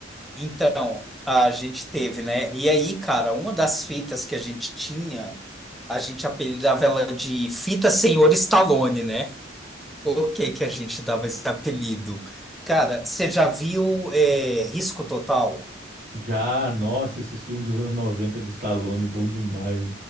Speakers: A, in the centre; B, on the right.
A: Então, a gente teve, né? E aí, cara, uma das fitas que a gente tinha, a gente apelidava ela de Fita Senhor Stallone, né? Por que que a gente dava esse apelido? Cara, você já viu é, Risco Total?
B: Já, nossa, esses filmes dos anos noventa de Stallone, bom demais.